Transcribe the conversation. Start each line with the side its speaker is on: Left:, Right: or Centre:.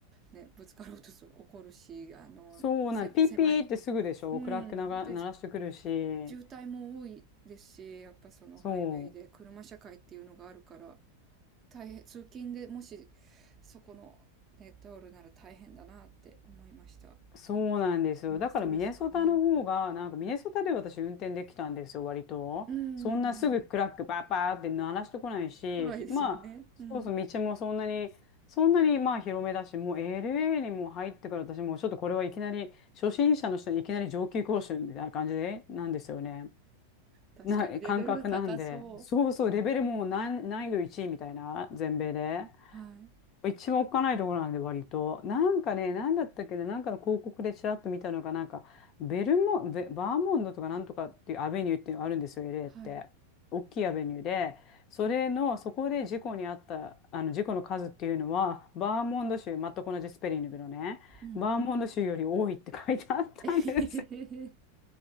Right: ね、ぶつかろうとする、怒るし、あの、
Left: そうなん、
Right: せ、
Left: ピーピーってすぐでしょ。
Right: 狭い。うん。
Left: クラックなが、
Right: で、
Left: 鳴らしてくるし。
Right: 渋滞も多いですし、やっぱそのハイウェイで車社会っていうのがあるから、
Left: そう。
Right: 大変、通勤でもしそこのネットおるなら大変だなって思いました。
Left: そうなんですよ。
Right: うん、
Left: だからミネソタの方が、
Right: ストレスがね。
Left: なんかミネソタで私運転できたんですよ、割と。
Right: うんうんうん。
Left: そんなすぐクラックバーバーって鳴らしてこないし、
Right: 辛いですよね。
Left: ひまあ、そうそう、
Right: うん。
Left: 道もそんなに、そんなにまあ広めだし、もう LA にもう入ってから私もうちょっとこれはいきなり、初心者の人にいきなり上級講習みたいな感じで、なんですよね。
Right: 確かにレベルが高そう。
Left: ない感覚なんで、そうそう、レベルも難、難易度1位みたいな、全米で。
Right: はい。
Left: 一番おっかないところなんで、割と。なんかね、なんだったっけな、なんかの広告でちらっと見たのが、なんか、ベルモ、ベ、バーモンドとかなんとかっていうアベニューっていうのがあるんですよ、LA
Right: はい。
Left: って。大きいアベニューで、それの、そこで事故にあった、あの、事故の数っていうのは、バーモンド州、全く同じスペリングのね、
Right: うん。
Left: バーモンド州より多いって書いてあったんです
Right: <laughs> えへへへへ。